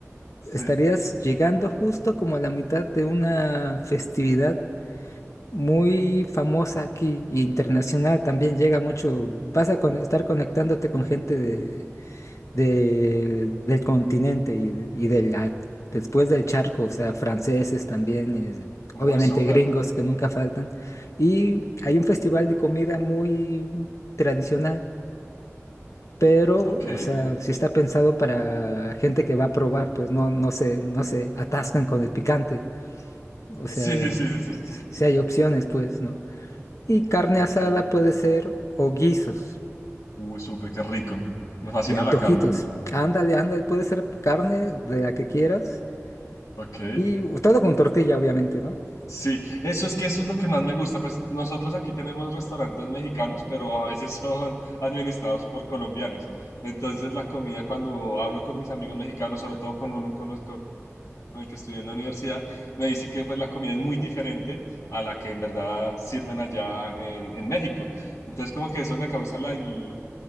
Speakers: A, on the left; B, on the left.
A: Sí.
B: estarías llegando justo como a la mitad de una festividad muy famosa aquí y internacional. También llega mucho, vas a con- estar conectándote con gente de, de- del continente y, de- y de la- después del charco, o sea, franceses también, eh,
A: Uy,
B: obviamente
A: súper.
B: gringos que nunca faltan. Y hay un festival de comida muy tradicional pero,
A: Ok.
B: o sea, si está pensado para gente que va a probar, pues no, no se, no se atascan con el picante. O sea,
A: Sí, sí, sí, sí, sí.
B: si hay opciones, pues, ¿no? Y carne
A: Ok.
B: asada puede ser o guisos
A: Uy, súper, qué rico. Me fascina
B: y antojitos.
A: la carne.
B: Ándale, ándale, puede ser carne de la que quieras
A: Ok,
B: y todo con tortilla, obviamente, ¿no? <laughs>
A: sí, eso es que eso es lo que más me gusta, pues nosotros aquí tenemos restaurantes mexicanos, pero a veces <laughs> son administrados por colombianos. Entonces la comida cuando hablo con mis amigos mexicanos, sobre todo con uno con los con el que estudié en la universidad, me dice que pues la comida es muy diferente a la que en verdad sirven allá en, en México. Entonces como que eso me causa la, in-